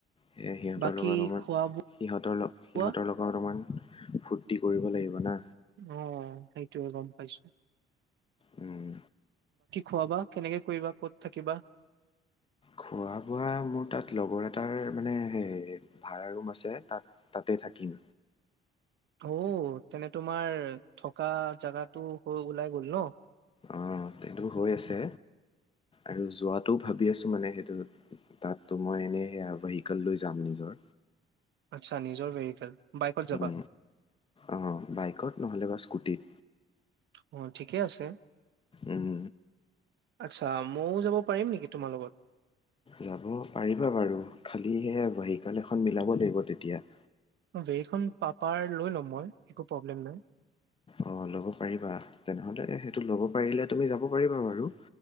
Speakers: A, on the left; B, on the right.
A: স সিহঁতৰ
B: বাকী
A: লগত অলমান
B: খোৱা
A: সিহঁতৰ লগ
B: বোৱা
A: সিহঁতৰ লগত অলমান ফূৰ্তি কৰিব লাগিব। না
B: অ সেইটো হয় গ পাইছোঁ
A: উম
B: খোৱাবা কেনেকে কৰিবা ক'ত থাকিবা?
A: খোৱা বোৱা মোৰ তাত লগৰ এটাৰ মানে সেই ভাড়া ৰুম আছে তাত তাতে থাকিম
B: অ তেনে তোমাৰ থকা জাগাটো হৈ ওলাই গ'ল ন।
A: অ সেইটো হৈ আছে আৰু যোৱাটোও ভাবি আছো মানে সেইটো তাতো মই এনেই সেয়া ভেহিকেল লৈ যাম নিজৰ
B: আচ্ছা নিজৰ ভেহিকেল বাইকত যাবা
A: উ অ বাইকত নহ'লে বা স্কুটিত
B: অ ঠিকেই আছে
A: উম
B: আচ্ছা ময়ও যাব পাৰিম নেকি তোমাৰ লগত
A: যাব পাৰিবা বাৰু খালিহে ভেহিকেল এখন মিলাব লাগিব তেতিয়া
B: ভেৰিখন পাপাৰ লৈ ল'ম মই একো প্ৰব্লেম নাই
A: অ', ল'ব পাৰিবা। তেনেহলে সেইটো ল'ব পাৰিলে, তুমি যাব পাৰিবা বাৰু